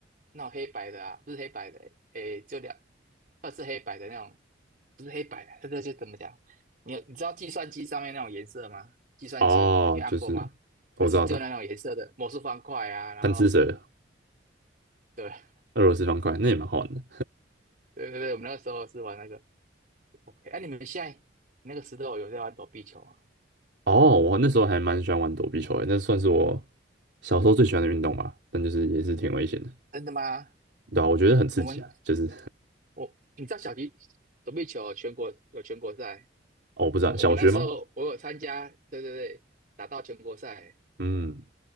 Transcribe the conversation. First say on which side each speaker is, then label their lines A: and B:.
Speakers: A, on the right; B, on the right.
A: 那种黑白的啊，不是黑白的，诶，就两，二是黑白的那种，不是黑白的，这个就怎么讲？你有你知道计算机上面那种颜色吗？计算机你按过吗？
B: 哦，就是我知道，
A: 就是就那种颜色的魔术方块啊，
B: 知道，
A: 然后
B: 贪吃蛇、
A: <laughs> 对
B: 俄罗斯方块，那也蛮好玩的。
A: 对对对，我们那个时候是玩那个 OK，哎、啊你们现在那个时候有在玩躲避球啊？
B: 哦，我那时候还蛮喜欢玩躲避球的，那算是我小时候最喜欢的运动吧，但就是也是挺危险的，
A: 真的吗？
B: 对啊，我觉得很刺激啊，
A: 我们
B: 就是
A: 我你知道小鸡躲避球全国有全国赛。
B: <laughs> 哦，我不知道小学吗？
A: 我我那时候我有参加，对对对，打到全国赛，
B: 嗯，